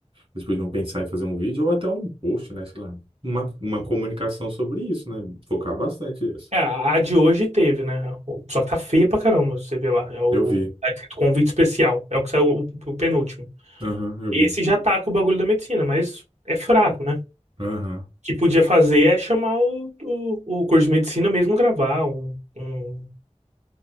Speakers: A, on the right; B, on the right.
A: eles podiam pensar em fazer um vídeo ou até um post, né? Sei lá. Uma, uma comunicação sobre isso, né? Focar bastante nisso.
B: É, a a de hoje teve, né? O- Só que tá feia pra caramba, você vê lá. É o.
A: Eu vi.
B: Tá escrito convite especial. É o que saiu o, o penúltimo.
A: Aham, eu
B: Esse
A: vi.
B: já tá com o bagulho da medicina, mas é fraco, né? O
A: Aham,
B: que podia fazer é chamar o, o, o curso de medicina mesmo gravar um, um